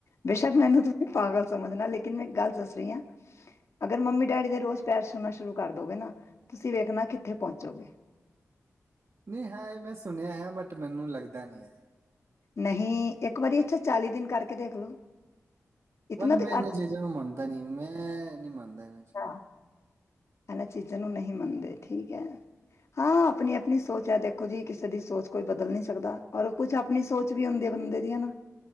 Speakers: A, on the left; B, on the right.
A: ਬੇਸ਼ੱਕ ਮੈਨੂੰ ਤੁਸੀਂ ਪਾਗਲ ਸਮਝਣਾ ਲੇਕਿਨ ਮੈਂ ਗੱਲ ਦੱਸ ਰਹੀ ਹਾਂ ਅਗਰ ਮੰਮੀ ਡੈਡੀ ਦੇ ਰੋਜ਼ ਪੈਰ ਛੂਨਾ ਸ਼ੁਰੂ ਕਰ ਦੋਗੇ ਨਾ ਤੁਸੀਂ ਵੇਖਣਾ ਕਿੱਥੇ ਪਹੁੰਚੋਗੇ
B: ਨਹੀਂ ਹਾਂ ਇਹ ਮੈਂ ਸੁਣਿਆ ਹੈ ਬਟ ਮੈਨੂੰ ਲੱਗਦਾ ਨੀ ਹੈ
A: ਨਹੀਂ ਇੱਕ ਵਾਰੀ ਇੱਥਾ ਚਾਲੀ ਦਿਨ ਕਰਕੇ ਦੇਖ ਲਓ ਇਤਨਾ
B: ਬਟ ਮੈਂ
A: ਤੇ
B: ਇਹਨਾਂ
A: ਘੱਟ
B: ਚੀਜ਼ਾਂ ਨੂੰ ਮੰਨਦਾ ਨੀ ਮੈਂ ਮੈਂ ਨੀ ਮੰਨਦਾ ਇਹਨਾਂ ਚੀਜਾਂ
A: ਹੈ,
B: ਨੀ
A: ਇਹਨਾਂ ਚੀਜ਼ਾਂ ਨੂੰ ਨਹੀਂ ਮੰਨਦੇ ਠੀਕ ਹੈ ਹਾਂ ਆਪਣੀ ਆਪਣੀ ਸੋਚ ਹੈ ਦੇਖੋ ਜੀ ਕਿਸੇ ਦੀ ਸੋਚ ਕੋਈ ਬਦਲ ਨੀ ਸਕਦਾ ਔਰ ਕੁਛ ਆਪਣੀ ਸੋਚ ਵੀ ਹੁੰਦੀ ਬੰਦੇ ਦੀ ਹੈ ਨਾ